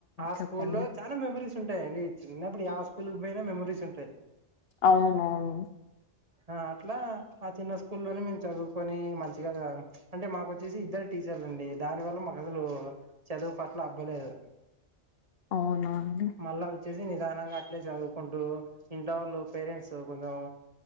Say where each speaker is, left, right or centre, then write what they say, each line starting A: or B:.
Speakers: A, on the right (about 35°); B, on the left (about 65°).
A: ఆ
B: చెప్పండి
A: స్కూల్ లో చానూ మెమరీస్ ఉంటాయండి చిన్నప్పుడు యా స్కూల్ కి పోయినా మెమరీస్ ఉన్
B: అవునవును.
A: ఆ అట్లా. ఆ చిన్న స్కూల్ లోనే మేం చదువు పోని మంచిగా అంటే మాకు వచ్చేసి ఇద్దరే టీచర్లండి దాని వల్ల మాకు అసలు చదువు పట్ల అబ్బలేదు.
B: అవునా అండి
A: మళ్ళా వచ్చేసి నిదానంగా అట్లే చదువుకుంటూ ఇంట్లో వాళ్ళు పేరెంట్స్ కొంచం